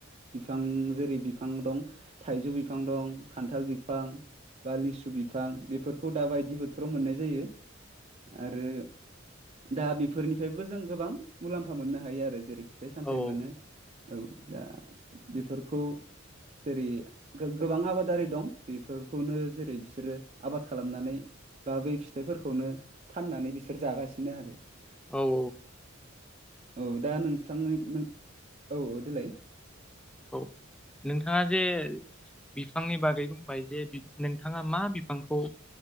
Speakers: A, on the right; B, in the centre.
A: बिफां जेरै बि फां दं थाइजु बिफां दं खान्थाल बिफां बा लिसु बिफां बेफोरखौ दा बायदि बोथोराव मोननाय जायो आरो दा बेफोरनिफायबो जों गोबां मुलाम्फा मोननो हायो आरो जेरै फिथाइ सामथाइ
B: औ
A: मोनो औ दा बेफोरखौ
B: <inaudible>
A: जेरै गो-गोबां आबादारि दं बेफोरखौनो जेरै बिसोरो आबाद खालामनानै बा बै फिथाइफोरखौनो फाननानै बिसोर जागासिनो आरो
B: औ
A: औ दा नोंसांनि औ औ देलाय
B: औ नोंथाङा जे बिफांनि बागै बुंबाय जे बि नोंथाङा मा बिफांखौ